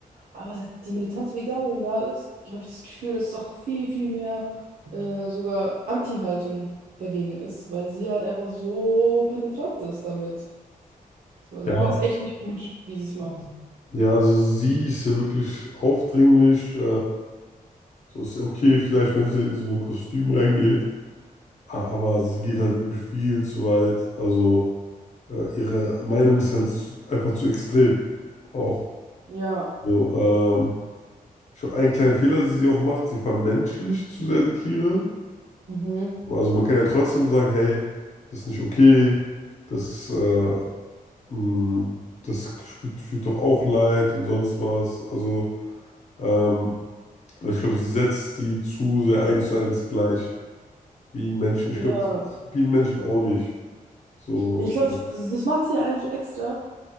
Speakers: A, on the right; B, on the left.
A: Aber seit die militante Veganerin da ist, habe ich das Gefühl, dass es auch viel, viel mehr äh, sogar Anti-Haltung dagegen ist, weil sie halt einfach so penetrant ist damit. Also
B: Ja.
A: ich finde es echt nicht gut, wie sie es macht.
B: Ja, also sie ist ja wirklich aufdringlich. Äh, so ist ja okay, vielleicht, wenn sie in so ein Kostüm reingeht. A- Aber sie geht halt wirklich viel zu weit. Also äh, ihre Meinung ist halt zu- einfach zu extrem. Auch.
A: Ja.
B: So, ähm, ich glaub, einen kleinen Fehler, den sie auch macht, sie vermenschlicht zu sehr die Tiere.
A: Mhm.
B: Also man kann ja trotzdem sagen, hey, das ist nicht okay, das ist, äh, mh, das fühlt, fühlt doch auch leid und sonst was. Also, ähm, aber ich glaube, sie setzt die zu sehr eins zu eins gleich wie ein Menschen. Ich
A: Ja,
B: glaube, das ist vielen Menschen auch nicht. So,
A: Ja, ich glaube,
B: äh,
A: das das macht sie ja eigentlich extra,